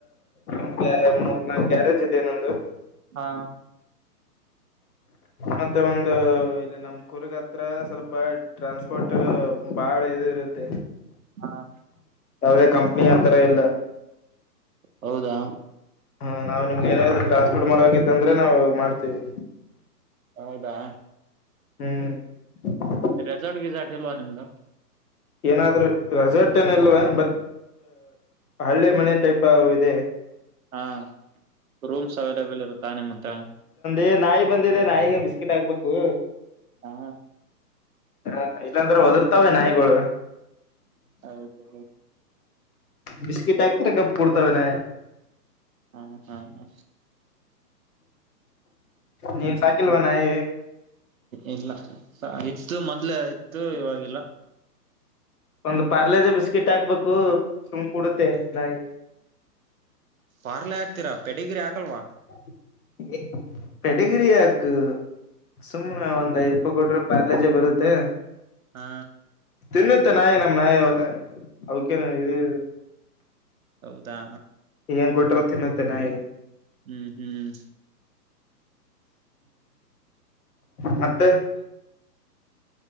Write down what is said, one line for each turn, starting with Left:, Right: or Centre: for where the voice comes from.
Left: ನಮ್ಗೆ ಮೂರ್ ನಾಲ್ಕು ಕ್ಯಾರೇಜ್ ಇದೆನ್ನೊಂದು
Right: ಹಾ
Left: ಮತ್ತೆ ಒಂದು ಇಲ್ಲಿ ನಮ್ ಕುೂರ್ಗ ಹತ್ರ ಸ್ವಲ್ಪ ಟ್ರಾನ್ಸ್ಪೋರ್ಟ್ ಬಾಳ ಇದು ಇರುತ್ತೆ
Right: ಹಾ
Left: ಯಾವುದೇ ಕಂಪನಿ ಆತರ ಇಲ್ಲ
Right: ಹೌದಾ
Left: ಹಾ ನಾವು ನಿಮ್ಗೆ ಏನಾದರು ಟ್ರಾನ್ಸ್ಪೋರ್ಟ್ ಮಾಡತ್ತು ಅಂದ್ರೆ ನಾವು ಮಾಡ್ತೀವಿ
Right: ಹೌದಾ
Left: ಹ್ಮ್
Right: ರೆಸೋರ್ಟ್ಗೆಸಟಲ್ವಾ ನಿಮ್ದ
Left: ಏನಾದ್ೂ ರಸರ್ಟ್ ಅಲ್ವಾ ಬಟ್ ಹಳ್ಳೆ ಮನೆ ಟೈಪ್ ಇದೆ
Right: ಹಾ ರೂಮ್ಸ್ ಅವೈಲಬಲ್ ಇರುತ್ತಾ ನಿಮ್ಮ ಹತ್ರ
Left: ಅೇ ನಾಯಿ ಬಂದಿದೆ ನಾಯಿಗೆ ಬಿಸ್ಕಿಟ್ ಹಾಕ್ಬೇಕು
Right: ಹಾ
Left: ಹಾ ಇಲ್ಲಾಂದ್ರೆ ಒದರ್ತಾವೇ ನಾಯಿಗೊಳಗ
Right: ಹೌದು
Left: ಬಿಿಸ್ಕಿಟ್ ಎ ತರಕ ಪಡ್ತವೆ ನ
Right: ಹಾ ಹಾ
Left: ನೀ ಸೈಕಲ್ ಬನ್ನಾಯ
Right: ಇಲ್ಲ ಇತ್ತು ಮೊದ್ಲೆೇ ಇತ್ತು ಇವಾಗಿಲ್ಲ
Left: ಒಂದು್ ಪಾರ್ಲೆಜ ಬಿಸ್ಕಿಟ್ ಹಾಕ್ಬೇಕು ಸುಂಕ ಕುಡುತ್ತೆ ನಾಯಿ
Right: ಪಾರ್ಲೆ ಹಾಕ್ತೀರಾ ಪೆಡಿಗಿರಿ ಹಾಕಲ್ವಾ
Left: ಹ ಪಡಗಿರಿ ಯಾಕ ಸುಮ್ನೆ ಒಂದ್ ಐದ್ ರೂಪಾಯಿ ಕೊಡ್ರೆ ಪಾರ್ಲೇಜೆ ಬರುತ್ತೆ
Right: ಹಾ
Left: ವನ್ನತ ನಾಯಿ ನಮ್ಮ ನಾಯವಲ್ಲ ಅವಕೇ ಇದೇ
Right: ಹೌದಾ
Left: ಏನ್ ಕೊಟಿರ ತಿನ್ನುತ್ತೇ ನ
Right: ಹ್ಮ್ ಹ್ಮ್
Left: ಮತ್ತೆ